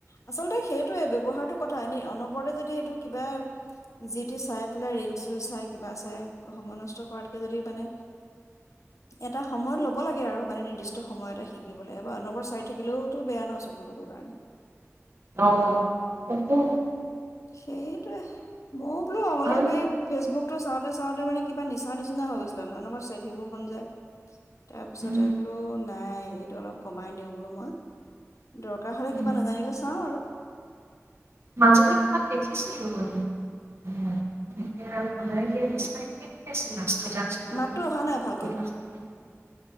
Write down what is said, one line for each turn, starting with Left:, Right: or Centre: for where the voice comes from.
Left: আচল্ততে সেইটোৱে ব্য্ৱহাৰটো কথা এনে অনবৰতে যদি এইটো কিবা যি টোি চাই পেলাই ৰিল চল চাই কিবা চাই সময় নষ্ট কৰাতকে যদি মানে এটা সময়ত লব লাগে আৰু মানে নিৰ্দিষ্ট সময় এটা শিকিবলৈ এবাৰ অনবৰ চাই থাকিলেওতো বেয়া নহয় চকুৰ টকুৰ কাৰণে
Right: অ তটো
Left: সেইটোৱে মইও বোলো অলপ
Right: আৰু
Left: এই ফেচবুক চাওঁতে চাওঁতে মানে কিবা নিচা নিচিনা হৈ গৈছিলে নলমাৰ চাইঠিবোৰ মন যায় তাৰপিছতে
Right: উম
Left: বোলো নাই এইটো অলপ কমাই দিওঁ বোলো মই দৰকাৰ হ'লে
Right: উম,
Left: কিবা নাজানিলে চাওঁ আৰু
Right: মাজলৈ কিমান দেখিছিলো ষ্টেটাছ
Left: মাতটো অহা নাই ভালকেে
Right: হেল্ল'